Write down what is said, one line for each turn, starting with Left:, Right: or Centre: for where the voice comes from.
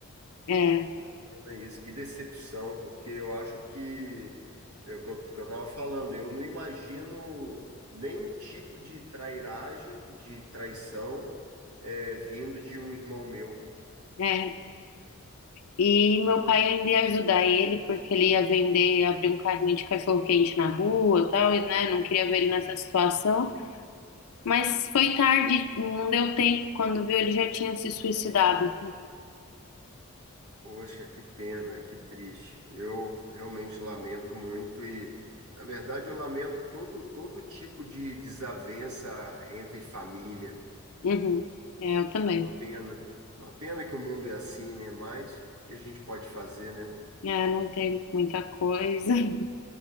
Left: É,
Right: Que pena isso, que decepção, porque eu acho que é o que eu, que eu tava falando, eu não imagino nenhum tipo de trairagem, de traição, é, vindo de um irmão meu.
Left: é, E meu pai ainda ia ajudar ele, porque ele ia vender, abrir um carrinho de cachorro-quente na rua, tal, e né, não queria ver ele nessa situação. Mas foi tarde, não deu tempo. Quando viu, ele já tinha se suicidado.
Right: Poxa, que pena, que triste. Eu realmente lamento muito e, na verdade, eu lamento todo, todo tipo de desavença entre família.
Left: Uhum. É, eu também.
Right: Uma pena. Uma pena que o mundo é assim, né? Mas o que a gente pode fazer, né?
Left: É, não tem muita coisa. <laughs>